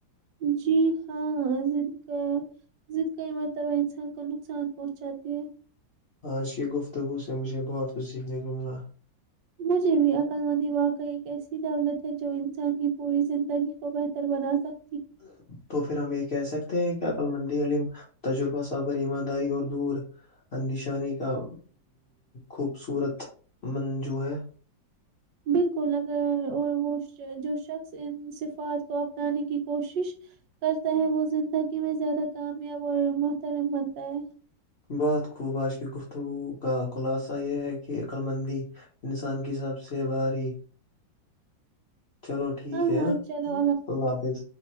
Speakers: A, on the right; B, on the left.
A: جی ہاں د کا ضد کا ہی مرتبہ انسان کو نقصان پہنچاتی ہے
B: آج کی گفتگو سے مجھے بہت کچھ سیکھنے کو ملا
A: مجھے بھی عقل وندی واقع ایک ایسی دولت ہے جو انسان کی پوری زندگی کو بہتر بنا سکتا
B: تو پھر ہم یہ کہہ سکتے ہیں کہ <inaudible> کیا کلمندی عم تجربہ صابر ایمانداری اور دور اندیشانی کا خوبصورت منجو ہے
A: بالکل اگر اور وہ جو شخص ان صفات کو اپنانے کی کوشش کرتا ہے وہ زندگی میں زیادہ کامیاب اور محترم بنتا ہے
B: بعات کو بعش کی گفتگو کا خلاصہ یہ ہے کہ عقلمندی انسان کی سب سے بھاری چلو ٹھیک
A: ہاں
B: ہے
A: ہاں چلو
B: اللہ حافظ